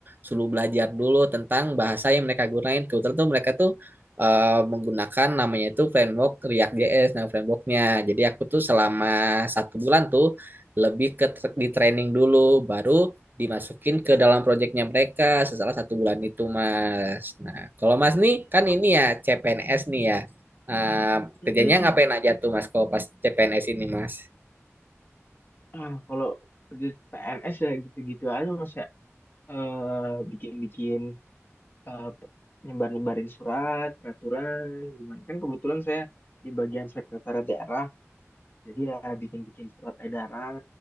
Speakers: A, on the right; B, on the left.
A: suruh belajar dulu tentang bahasa yang mereka gunain. Kebetulan tuh mereka tuh eh, menggunakan namanya itu framework React React.js, nah frameworknya. Jadi aku tuh selama
B: Oh.
A: satu bulan tuh lebih ke tra- di training dulu, baru dimasukin ke dalam proyeknya mereka setelah satu bulan itu, Mas. Nah, kalau Mas nih kan
B: Ma-
A: ini ya CPNS nih ya. Nah,
B: Mm-mm.
A: Kerjanya ngapain aja tuh Mas kalau pas CPNS ini Mas?
B: Ah, kalau kerja PNS ya gitu-gitu aja Mas ya. Eh, bikin-bikin eh, pe- nyebar-nyebarin surat, peraturan, gimana. Kan kebetulan saya di bagian sekretariat daerah. Jadi ya bikin-bikin surat edaran,